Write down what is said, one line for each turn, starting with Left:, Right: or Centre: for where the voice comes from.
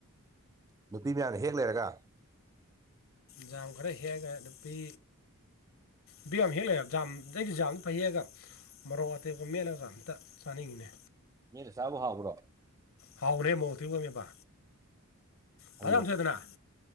Right: ꯅꯨꯄꯤ ꯃꯌꯥꯝꯅ ꯍꯦꯛ ꯂꯩꯔꯒ
Left: ꯖꯝ ꯈꯔ ꯍꯦꯛꯑꯒ ꯅꯨꯄꯤ ꯕꯦꯛ ꯌꯥꯝ ꯍꯦꯛ ꯂꯩꯑꯦꯕ ꯖꯥꯝ ꯑꯩꯗꯤ ꯖꯥꯝꯗ ꯐꯩꯌꯦ ꯍꯑꯒ ꯃꯔꯣꯛ ꯑꯇꯦꯛꯄ ꯃꯦꯜꯂꯒ ꯑꯝꯇ ꯆꯥꯅꯤꯡꯉꯤꯅꯦ
Right: ꯃꯦꯠꯂ ꯆꯥꯕꯨ ꯍꯥꯥꯎꯕ꯭ꯔꯣ
Left: ꯍꯥꯎꯕꯅꯦꯍꯦ ꯃꯣꯔꯣꯛ ꯑꯇꯦꯛꯄꯒ ꯃꯦꯠꯄ
Right: ꯈꯪꯗꯦ
Left: ꯐ ꯆꯥꯝ ꯊꯣꯛꯑꯦꯗꯅ